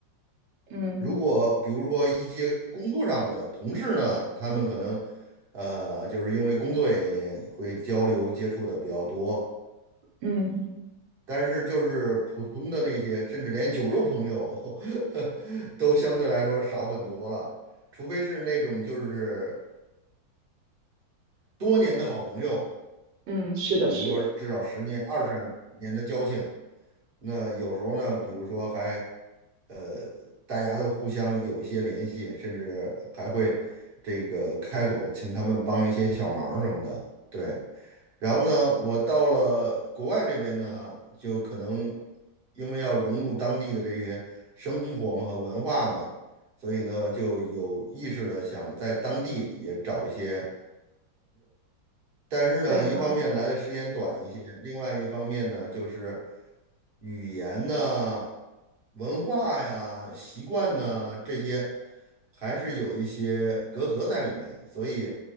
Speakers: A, on the right; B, on the right.
A: 嗯
B: 如果比如说一些工作上的同事呢，他们可能呃，就是因为工作原因会交流接触的比较多。
A: 嗯。
B: 但是就是普通的那些，甚至连酒肉朋友 <laughs> 都相对来说少很多了，除非是那种就是多年的好朋友，
A: 嗯，是的，
B: 比如说至少十年、
A: 是的，
B: 二十年的交情。那有时候呢，比如说还呃，大家都互相有一些联系，甚至还会这个开口请他们帮一些小忙什么的。对，然后呢，我到了国外这边呢，就可能因为要融入当地的这些生活嘛和文化嘛，所以呢就有意识的想在当地也找一些。但是呢，
A: 对的，
B: 一方面来的时间短一些，另外一方面呢，就是语言呢、文化呀、习惯呢这些，还是有一些隔阂在里面，所以